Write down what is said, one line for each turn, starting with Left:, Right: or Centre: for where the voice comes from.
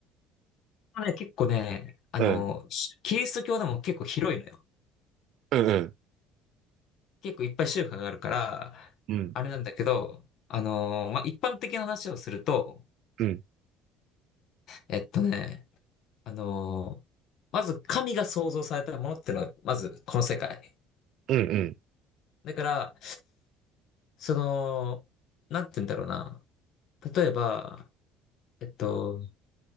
Left: ね、結構ね、あの、
Right: うん、
Left: キリスト教でも結構広いのよ。
Right: うん、
Left: 結構いっぱい宗派があるから、
Right: うん、
Left: あれなんだけど、あのーまあ、一般的な話をすると、
Right: うん、うん、
Left: えっとね、あのーまず神が創造されたものっていうのはまずこの世界。
Right: うん、うん、
Left: だから、その、なんて言うんだろうな。例えば、えっと、